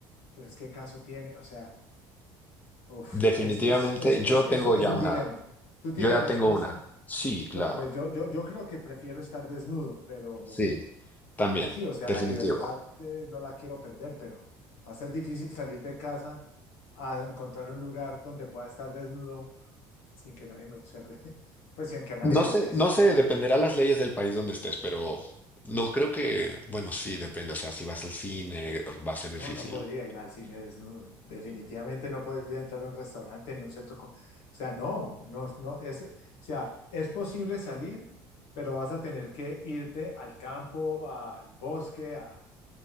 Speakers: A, on the left; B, on the left.
A: pues ¿qué caso tiene? O sea, uf,
B: Definitivamente,
A: es, es, es, es,
B: yo
A: es-
B: tengo
A: es
B: ya
A: un
B: una.
A: dilema. ¿Tú tienes
B: Yo ya
A: respuesta?
B: tengo una. Sí, claro.
A: No, pues yo, yo, yo creo que prefiero estar desnudo, pero...
B: Sí, también.
A: Sí, o sea,
B: Definitivo.
A: la libertad eh, no la quiero perder, pero va a ser difícil salir de casa a encontrar un lugar donde pueda estar desnudo sin que nadie me observe, <laughs> pues sin que a nadie
B: No
A: le moleste.
B: sé, no sé, dependerá las leyes del país donde estés, pero no creo que, bueno, sí, depende. O sea, si vas al cine, va a ser difícil.
A: No, no podría ir al cine desnudo. Definitivamente no podría entrar a un restaurante ni a un centro. co- O sea, no, no, no. Es, o sea, es posible salir, pero vas a tener que irte al campo, al bosque, a,